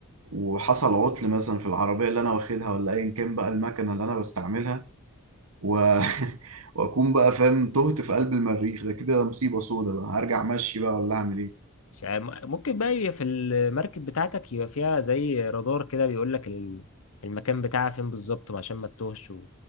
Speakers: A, on the right; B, on the left.
A: وحصل عطل مثلا في العربيه اللي انا واخدها ولا ايا كان بقى المكنه اللي انا بستعملها و... <laughs> واكون بقى فاهم تهت في قلب المريخ ده كده مصيبه سودا بقى هرجع مشي بقى ولا اعمل ايه
B: مش عارف- ممكن بقى يبقى في المركب بتاعتك يبقى فيها زي رادار كده بيقول لك ال- المكان بتاعها فين بالظبط عشان ما تتوهش و...